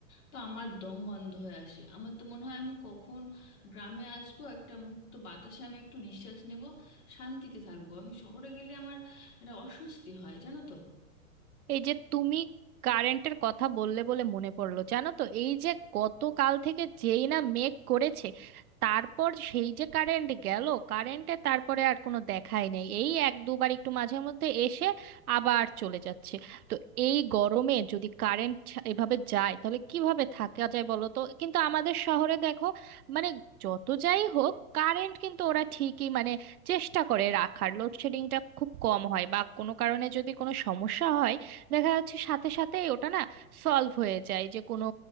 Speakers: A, on the left (about 75°); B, on the right (about 80°).
A: তো আমার দম বন্ধ হয়ে আসে আমার তো মনে হয় আমি কখন গ্রামে আসবো একটা মুক্ত বাতাসে আমি একটু নিঃশ্বাস নেব শান্তিতে থাকবো আমি শহরে গেলে আমার একটা অস্বস্তি হয় জানো তো
B: এই যে তুমি কারেন্টের কথা বললে বলে মনে পড়লো জানো তো এই যে গতকাল থেকে যেই না মেঘ করেছে তারপর সেই যে কারেন্ট গেল কারেন্টে তারপরে আর কোনো দেখাই নেই এই এক দুবার একটু মাঝে মধ্যে এসে আবার চলে যাচ্ছে তো এই গরমে যদি কারেন্ট এভাবে যায় তাহলে কিভাবে থাকা যায় বলো তো কিন্তু আমাদের শহরে দেখো মানে যত যাই হোক কারেন্ট কিন্তু ওরা ঠিকই মানে চেষ্টা করে রাখার লোডশেডিংটা খুব কম হয় বা কোনো কারণে যদি কোনো সমস্যা হয় দেখা যাচ্ছে সাথে সাথে ওটা না সলভ হয়ে যায় যে কোনো